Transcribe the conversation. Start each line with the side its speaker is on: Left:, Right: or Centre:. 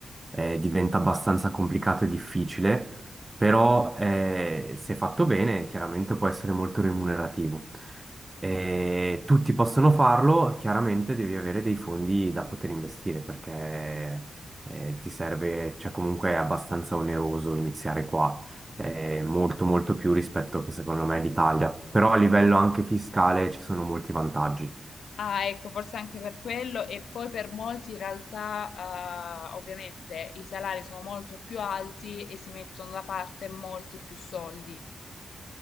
Right: eh, diventa abbastanza complicato e difficile però eh, se fatto bene chiaramente può essere molto remunerativo. Eh, tutti possono farlo, chiaramente devi avere dei fondi da poter investire perché eh, ti serve, cioè comunque è abbastanza oneroso iniziare qua, eh, molto molto più rispetto che secondo me l'Italia, però a livello anche fiscale ci sono molti vantaggi.
Left: Ah, ecco, forse anche per quello, e poi per molti in realtà, eh, ovviamente i salari sono molto più alti e si mettono da parte molti più soldi.